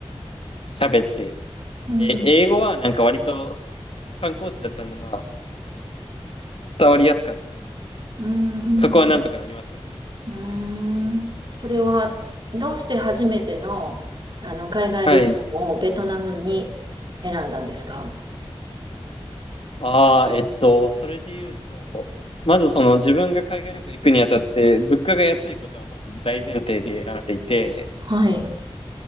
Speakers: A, on the left (about 70°); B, on the right (about 50°).
A: 喋って、
B: うん。
A: え、英語はなんか割と観光地だったんで、まあ、伝わりやすかったので、
B: うん、うん。
A: そこはなんとかなりましたね。
B: うーん。それは、どうして初めての、あの、海外旅行をベトナムに選んだんですか
A: はい。ああ、えっと、それで言うと、まずその自分が海外旅行行くにあたって、物価が安いことはまず大前提で選んでいて、
B: はい。